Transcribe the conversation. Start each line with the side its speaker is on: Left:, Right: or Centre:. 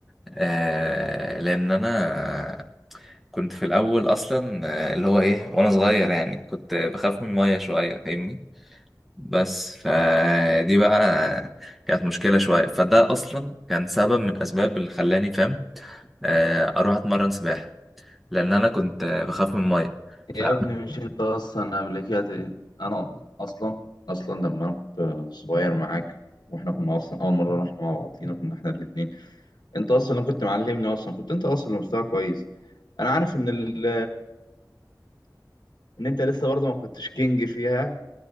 Centre: آه لان انا كنت في الاول اصلا آه، اللي هو ايه وانا صغير يعني كنت بخاف من الميه شويه فاهمني بس فدي بقى كانت مشكله شويه فده اصلا كان سبب من الاسباب اللي خلاني فاهم آه اروح اتمرن سباحه لان انا كنت آه، بخاف من الميه ف...
Left: يا
Centre: آه,
Left: ابني مش أنت أصلا قبل كده أنا أصلا أصلا لما أنا كنت صغير معاك وإحنا كنا أصلا أول مرة رحنا مع بعضينا كنا إحنا الاتنين أنت أصلا اللي كنت معلمني أصلا كنت أنت أصلا مستوى كويس أنا عارف إن ال إن أنت لسه برضه ما كنتش كينج فيها